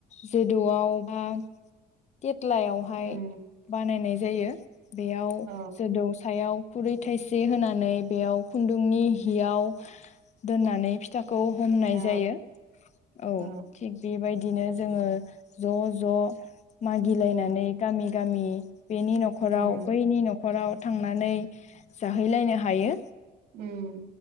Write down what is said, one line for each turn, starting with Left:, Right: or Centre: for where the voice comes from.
Left: जोदौआव बा केट। सिथलायावहाय
Right: उम
Left: बानायनाय जायो। जायो। बेयाव
Right: औ
Left: जोदौ सायाव। खुरै थाइसे होनानै बेयाव। खुन्दुंनि हियाव दोननानै फिथा। खौ हमनाय
Right: औ
Left: जायो औ
Right: औ
Left: थिग बेबायदिनो। जोङो ज ज। मागिलायनानै
Right: उम
Left: गामि गामि। बेनि न'खराव
Right: उम
Left: बैनि न'खराव थांनानै जाहैलायनो हायो।
Right: उम।